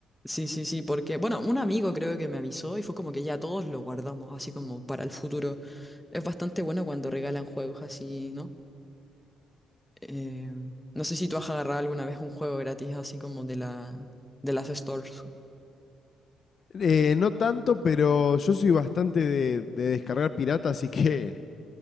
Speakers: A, in the centre; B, on the left.
A: Sí, sí, sí, porque, bueno, un amigo creo que me avisó y fue como que ya todos lo guardamos así como para el futuro. Es bastante bueno cuando regalan juegos así, ¿no? Eh, no sé si tú has agarrado alguna vez un juego gratis así como de la, de las stores.
B: Eh, no tanto, pero yo soy bastante de, de descargar pirata, así que